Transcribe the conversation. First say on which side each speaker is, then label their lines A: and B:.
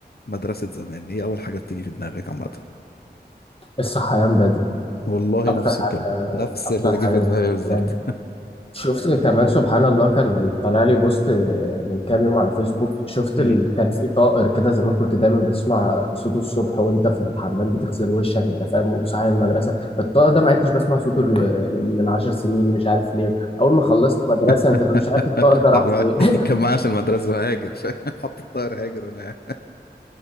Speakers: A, on the left; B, on the left.
A: مدرسة زمان هي أول حاجة بتيجي في دماغك عامة
B: الصحيان بدري
A: والله
B: اكتر
A: نفس
B: حاجه
A: الكلمة نفس
B: اكتر
A: اللي
B: حاجه
A: جه في دماغي بالظبط
B: بجد شفت كمان سبحان الله كان طالع لي بوست من كام يوم على فيسبوك شفت
A: مم.
B: ال... كان في طائر كده زمان كنت دايما بتسمع صوته الصبح وانت في الحمام بتغسل وشك انت فاهم وصاحي المدرسه الطائر ده ما عدتش بسمع صوته ال- من عشر سنين مش عارف ليه اول ما خلصت مدرسه
A: <laughs>
B: انت فاهم مش عارف الطائر ده راح
A: طب ما-
B: فين <laughs>
A: كان معايا في المدرسة هاجر <laughs> حط الطائر هاجر هنا